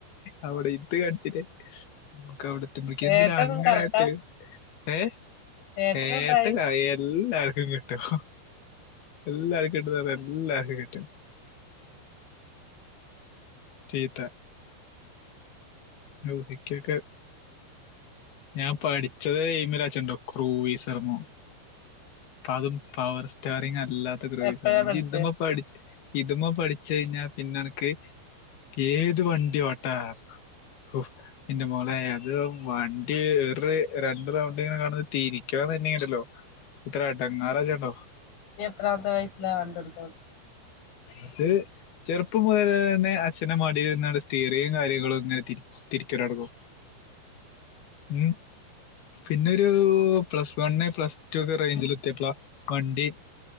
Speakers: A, on the left; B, on the left.
A: അവ്ടെ ഇത് കണ്ട്ലേ ഒക്കവ്ട് ത്ത്മ്പഴേക്ക് എന്തിനാ
B: ഏട്ടനും
A: അങ്ങനായ്ട്ട്
B: കറക്റ്റാ
A: ഏ
B: ഏട്ടനും
A: ഏട്ട്
B: ഡ്രൈവിങ്
A: അയൽ ല്ലാർക്കും കിട്ടും എല്ലർക്കും കിട്ടുന്നറഞ്ഞ എല്ലാർക്കും കിട്ടും ചീത്ത ദോഹികൊക്കെ ഞാൻ പഠിച്ചത് എയിമ ലാച്ചോണ്ടോ ക്രൂയി ശർമോ പ്പൊഅതും പവർ സ്റ്റാറിങ് ആ അല്ലാത്തഗ്രൂയിസർ
B: എപ്പഴാ
A: മോ
B: പഠിച്ചേ
A: ഇജ് ഇതി മോ പഠിച്ച് ഇതുമോ പഠിച്ച കഴിഞ്ഞാ പിന്നെ അനക്ക് ഏത് വണ്ടി ഓട്ടാ ഉഫ് എന്റെ മോളെ അത് വൺ ഗിർരണ്ട്റൗണ്ട് ഇങ്ങനെ കടന്ന്തിരിക്കാനാലുണ്ടല്ലോ ഇത്ര അടങ്ങറാജ ണ്ടോ
B: നിഎത്രമത്തെ വയസിലാവണ്ടിയൊടിക്ക
A: അത് ചെറുപ്പം മുതല തന്നെ അച്ഛന്റെ മടിയിൽരുന്നങ്ങാട് സ്റ്റീറും കാര്യങ്ങളും ഇങ്ങനെതി തിരിക്കലോടങ്ങും ഉം പിന്നെ ഒരു പ്ലസ് വണ് പ്ലസ് ടു ഒക്കെ റേഞ്ചിൽ എത്തിയപ്പള വണ്ടി